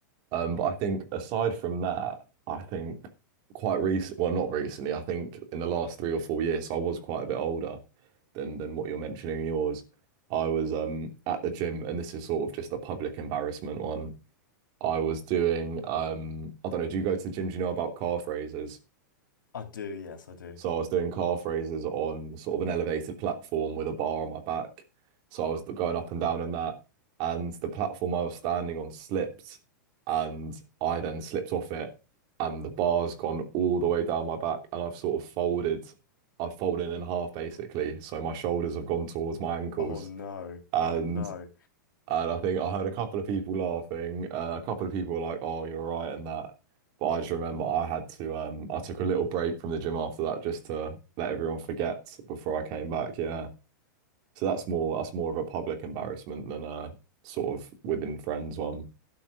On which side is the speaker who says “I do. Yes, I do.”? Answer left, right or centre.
Left